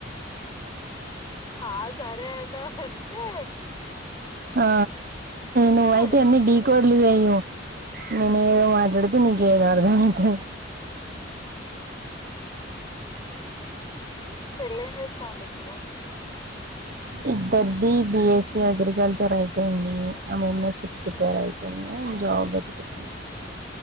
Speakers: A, on the left; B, on the right.
A: ఆ సరే అన్నాంటే
B: ఆ నువ్వ
A: సరే
B: అయితే ఎన్ని ఢీ కోడ్లు వే్య నేను ఏదో మాట్లాడితే నీకేదో అర్థం అవుతుంది
A: చెల్లేం చేస్తా అండి ఇప్పుడు
B: ఇద్దరిది బీఎస్సీ అగ్రికల్చర్ అయిపోయింది ఆమె ఎంఎస్సీ ప్రిపేర్ అవుతుంది నే జాబ్ వెతుకుతున్నాను